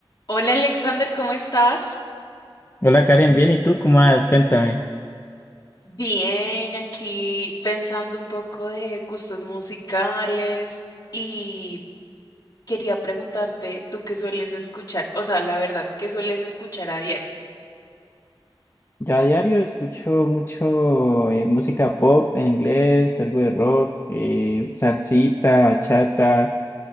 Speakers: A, on the left; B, on the left.
A: Hola Alexander, ¿cómo estás?
B: Hola Karen, bien, ¿y tú cómo vas? Cuéntame.
A: Bien, aquí pensando un poco de gustos musicales y quería preguntarte, ¿tú qué sueles escuchar? O sea, la verdad, ¿qué sueles escuchar a diario?
B: Ya a diario escucho mucho eh, música pop en inglés, algo de rock, eh, salsita, bachata,